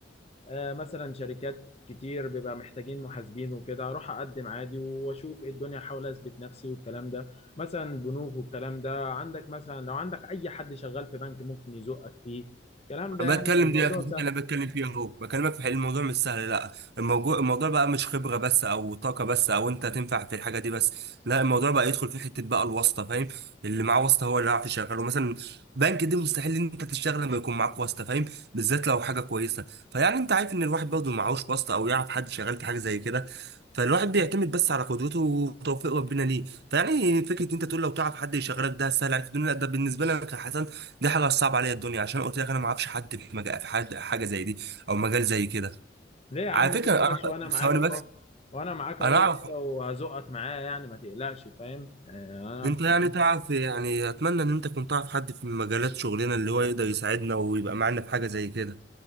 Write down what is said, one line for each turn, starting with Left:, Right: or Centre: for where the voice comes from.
Left: آه، مثلا شركات كتير بيبقى محتاجين محاسبين وكده اروح اقدم عادي واشوف ايه الدنيا احاول اثبت نفسي والكلام ده مثلا بنوك والكلام ده عندك مثلا لو عندك اي حد شغال في بنك ممكن يزقك فيه الكلام ده
Right: انا
Left: يعني
Right: بتكلم
Left: فالموضوع
Right: دي اكتر حاجة
Left: سهل
Right: انا بتكلم فيها اهو بكلمك في حل- الموضوع مش سهل لا الموضوع الموضوع بقى مش خبره بس او طاقه بس او انت تنفع في الحاجه دي بس لا الموضوع بقى يدخل في حته بقى الواسطه فاهم اللي معاه واسطه هو اللي هيعرف يشغله مثلا بنك دي مستحيل ان انت تشتغل لما يكون معاك واسطه فاهم بالذات لو حاجه كويسه فيعني انت عارف ان الواحد برضه معهوش واسطه او يعرف حد شغال في حاجه زي كده فالواحد بيعتمد بس على قدرته وتوفيق ربنا ليه فيعني فكره انت تقول لو تعرف حد يشغلك ده سهل عليك في الدنيا لا، ده بالنسبه لك يا حسن دي حاجه صعبه عليا الدنيا عشان قلت لك انا ما اعرفش حد في مجال في حد حاجه زي دي او مجال زي كده
Left: ليه يا عم
Right: على
Left: ما
Right: فكره
Left: تقلقش
Right: انا
Left: وانا معاك
Right: ثواني
Left: اهو
Right: بس
Left: وانا معاك اهو
Right: انا
Left: يا
Right: اعرف
Left: اسطى وهزقك معايا يعني ما تقلقش فاهم آه،
Right: انت يعني
Left: انا
Right: تعرف يعني اتمنى ان انت كنت تعرف حد في مجالات شغلنا اللي هو يقدر يساعدنا ويبقى معانا في حاجه زي كده